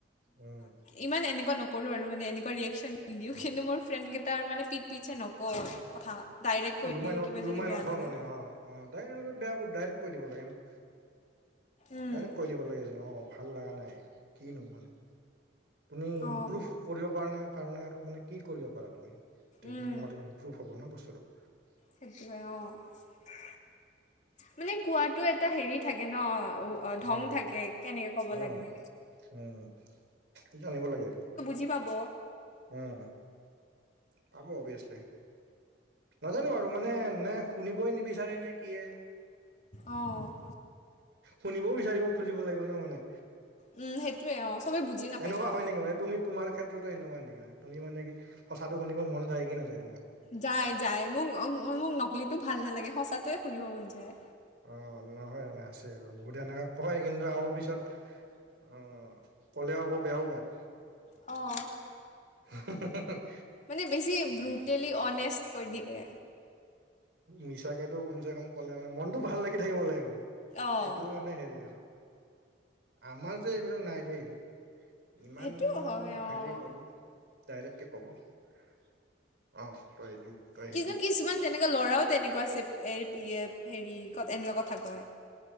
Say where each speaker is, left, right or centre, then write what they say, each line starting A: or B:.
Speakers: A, on the right; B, on the left.
A: উম
B: ইমান এনেকুৱা নকৰোঁ আৰু মানে এনেকুৱা ৰিয়েকশচন <unintelligible> কিন্তু মোৰ ফ্ৰেণ্ডকেইটাৰ মানে পিটপিটছে নকও কথা। ডাইৰেক্ট কৈ
A: ওলোমাই-ওলোমাই
B: দিওঁ কিবা যদি বেয়া
A: নথোৱা
B: লাগে
A: মানে? অ', অ', ডাইৰে-ডাইৰেক্ট কৈ দিব লাগে ন
B: উম,
A: ডাইৰেক্ট কৈ দিব লাগে যে, অ', ভাল লগা নাই কিনো মানে তুমি ইম্প্ৰুভ
B: অঁ
A: কৰিব পাৰা নাই কাৰণে, আৰু মানে কি কৰিব পাৰা তুমি তে
B: উম,
A: ম প্ৰুফ হ'ব নহ বস্তুটো?
B: সেইটোৱে, অ', মানে কোৱাটো এটা হেৰি থাকে ন অ', ঢং
A: উম
B: থাকে, কেনেকে ক'ব
A: উম
B: লাগে?
A: উম, জানিব লাগে এইটো
B: কি পাব?
A: উম, পাব অবিয়াছলি। নাজানো আৰু মানে, নে শুনিবই নিবিচাৰে নে কিয়ে?
B: অ'।
A: শুনিবও বিচাৰিব খুজিব লাগিব নহ মানে?
B: উম, সেইটোয়ে অ' চবে বুজি নাপায়
A: এনেকুৱা
B: নহ
A: হয় নেকি মানে তুমি তোমাৰ ক্ষেত্ৰতো এনেকুৱা নেকি মানে, তুমি মানে কি সঁচাটো শুনিব মন যায় কি নাযায় তোমাৰ?
B: যায়, যায়, মোক-মোক নকলিটো ভাল নালাগে, সঁচাতোয়ে শুনিব মন যায়।
A: অ', নহয় মানে আছে বহুত, এনেকা কয় কিন্তু আকৌ পিছত অ' ক'লেও আকৌ বেয়াও পায়।
B: অ'
A: হ <inaudible>
B: মানে বেছি ব্ৰুটেলি হনেষ্ট কৈ দিয়ে
A: মিছাকেটো কমচে কম ক'লে মানে, মনটো ভাল লাগি থাকিব লাগে মানে
B: অঁ
A: সেইটো মানে, হেৰি আৰু আমাৰ যে এইবিলাক নাই দেই ইমান
B: সেইটো
A: হেৰিয়
B: হয় অঁ
A: ক'ব ডাইৰেক্টকে কব অ', তই এইটো। তই সেইটো
B: কিন্তু কিছুমান তেনেকুৱা ল'ৰাও তেনেকুৱা আছে, হেৰি এনেকুৱা কথা কয়।